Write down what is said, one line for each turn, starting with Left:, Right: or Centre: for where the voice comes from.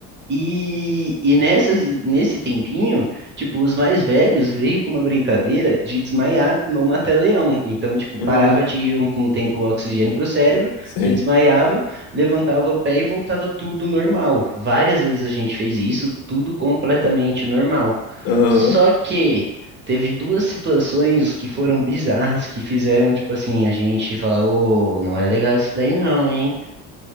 Right: E, e nessas, nesse tempinho, tipo, os mais velhos veio com uma brincadeira de desmaiar no mata-leão. Então, tipo,
Left: Hum,
Right: parava de um, um tempo o oxigênio para o cérebro,
Left: sim.
Right: você desmaiava, levantava o pé e voltava tudo normal. Várias vezes a gente fez isso, tudo completamente normal.
Left: Aham.
Right: Só que teve duas situações que foram bizarras, que fizeram, tipo assim, a gente falar, ô, não é legal isso daí não, hein?